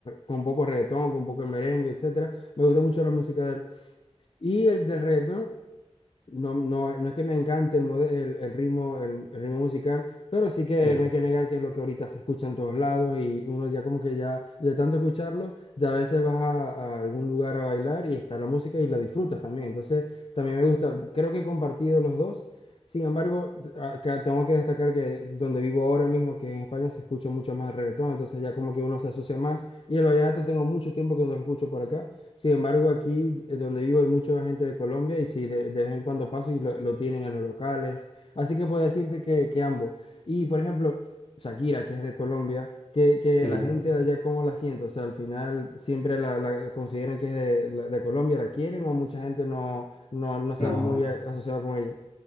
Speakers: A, on the left; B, on the left.
A: con un poco de reggaetón, con un poco de merengue, etcétera. Me gusta mucho la música de él. Y el de reggaetón. No, no, no es que me encante el, mode- el, el ritmo, el, el ritmo musical, pero sí que
B: Sí.
A: no hay que negar que es lo que ahorita se escucha en todos lados y uno ya como que ya de tanto escucharlo, ya a veces vas a, a algún lugar a bailar y está la música y la disfrutas también. Entonces, también me gusta, creo que he compartido los dos. Sin embargo, t- acá tengo que destacar que donde vivo ahora mismo, que en España se escucha mucho más el reggaetón, entonces ya como que uno se asocia más. Y el vallenato tengo mucho tiempo que no lo escucho por acá. Sin embargo, aquí eh, donde vivo hay mucha gente de Colombia y sí, de, de vez en cuando paso y lo, lo tienen en los locales. Así que puedo decirte que, que ambos. Y por ejemplo, Shakira, que es de Colombia, que, que
B: Sí,
A: la gente de allá, ¿cómo la siente? O sea, al final siempre la, la- la consideran que es de, la- de Colombia, ¿la quieren o mucha gente no, no, no se
B: no.
A: ve muy eh, asociada con ella?